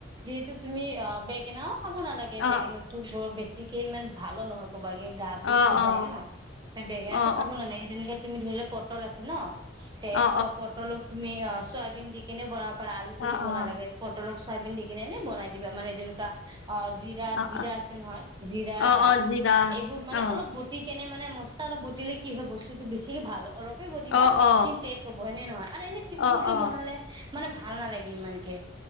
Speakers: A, on the right; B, on the left.
A: যিহেতু তুমি অ' বেঙগনাও খাব নালাগে
B: অ
A: বেঙগনাটো ব'ৰ বেছিকে ইমান ভালো নহয়। কবাকে গা বোৰ
B: অ
A: খোজাই
B: অ
A: ন' সেই বেঙেনাতটো
B: অ
A: খাব নালাগে যেনেকৈ তুমি ধৰি লোৱা পটল আছে ন এ
B: অ অ অ
A: প-পটলক তুমি অ' চয়াবিন দি কেনে বনাব পাৰা আলুটো
B: অ অ অ
A: দিব
B: অ
A: নালাগে পটলক চয়বিন দি কিনে এনে বনাই দিবা মানে যেনেকুৱা অ' জিৰা
B: অ অ
A: জিৰা আছে নহয় জিৰা,
B: অ
A: জালুক,
B: অ জিৰা
A: এইবোৰ মানে
B: অ
A: অলপ বটি কেনে মানে মচলা অলপ বটিলে কি হয় বস্তুটো বেছিকে ভাল, অলপে বটিবা
B: অ অ
A: কিন্তু টেষ্ট চব হয়নে নহয় আৰু এনে চিম্পুল
B: অ
A: কে
B: অ
A: বনালে মানে ভাল নালাগে ইমানকে।